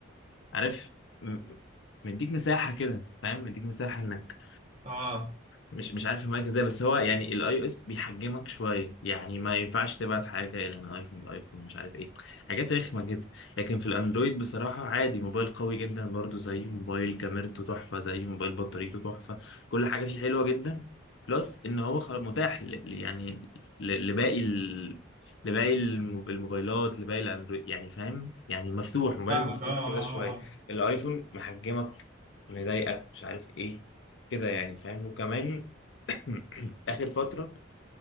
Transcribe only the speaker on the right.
اه
فاهمك
اه اه
اه